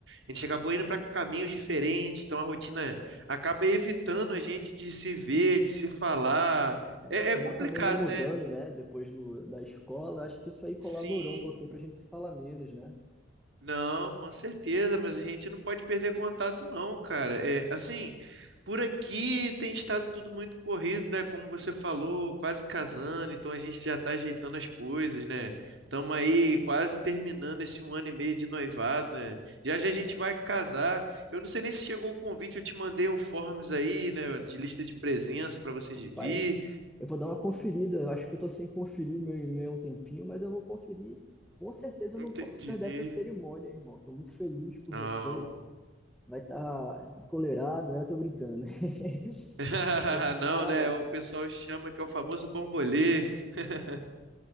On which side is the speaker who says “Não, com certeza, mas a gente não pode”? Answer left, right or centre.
Right